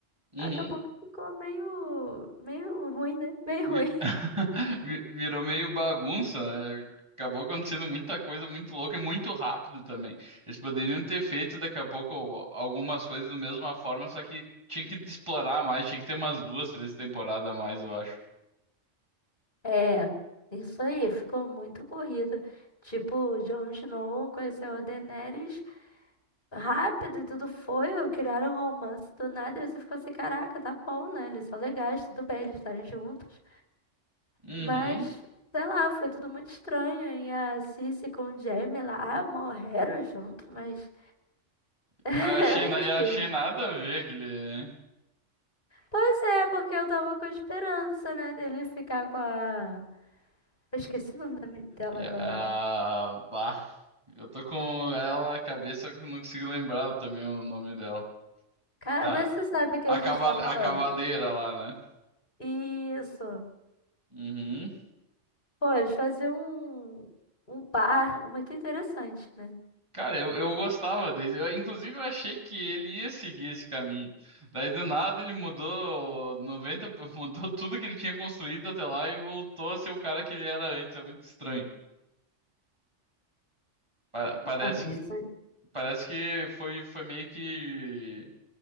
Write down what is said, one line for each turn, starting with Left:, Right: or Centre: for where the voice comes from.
Right: Uhum.
Left: acabou que ficou meio, meio ruim, né? Meio
Right: Vi-
Left: ruim.
Right: <laughs> vi- Virou meio bagunça, né? Acabou acontecendo muita coisa muito louca e muito rápido também. Eles poderiam ter feito daqui a pouco algumas coisas da mesma forma, só que tinha que explorar mais, tinha que ter umas duas, três temporadas a mais, eu acho.
Left: É, isso aí, ficou muito corrido. Tipo, Jon Snow conheceu a Daenerys rápido e tudo foi, criaram um romance do nada, e você ficou assim, caraca, tá bom, né? Eles são legais, tudo bem, eles estarem juntos.
Right: Uhum.
Left: Mas, sei lá, foi tudo muito estranho. E a Cersei com o Jaime lá, ah, morreram junto, mas <laughs>
Right: Bah, Achei, na-
Left: enfim.
Right: eu achei nada a ver aquele.
Left: Pois é, porque eu tava com a esperança, né, dele ficar com a. Eu esqueci o nome da men- dela
Right: É,
Left: agora.
Right: ah, bah. Eu tô com ela na cabeça, só que eu não consigo lembrar também o nome dela.
Left: Cara,
Right: A,
Left: mas você sabe o que
Right: a,
Left: a
Right: caval-
Left: gente tá falando.
Right: a cavaleira lá, né?
Left: Isso.
Right: Uhum.
Left: Pô, eles faziam um, um bar muito interessante, né?
Right: Cara, eu, eu gostava dele. Eu, inclusive, eu achei que ele ia seguir esse caminho. Daí, do nada, ele mudou 90 <laughs> mudou tudo que ele tinha construído até lá e voltou a ser o cara que ele era antes. É muito estranho. Pa- parece,
Left: Ah, isso aí.
Right: parece que foi, foi meio que,